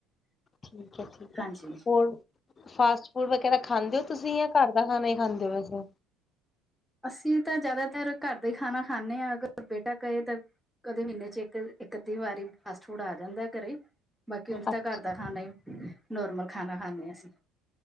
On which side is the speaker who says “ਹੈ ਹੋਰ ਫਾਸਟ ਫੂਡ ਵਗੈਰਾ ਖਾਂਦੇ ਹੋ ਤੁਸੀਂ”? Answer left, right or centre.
Left